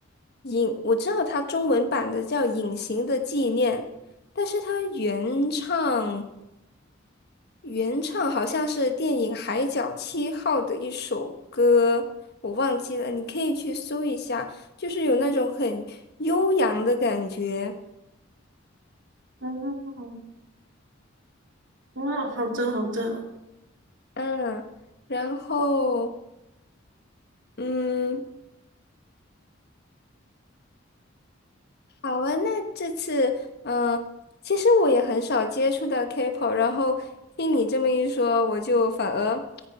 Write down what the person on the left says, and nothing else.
隐，我知道它中文版的叫《隐形的纪念》，但是它原唱原唱好像是电影《海角七号》的一首歌，我忘记了，你可以去搜一下，就是有那种很悠扬的感觉，
嗯，然后嗯。好啊，那这次，嗯、其实我也很少接触到 K-pop，然后听你这么一说，我就反而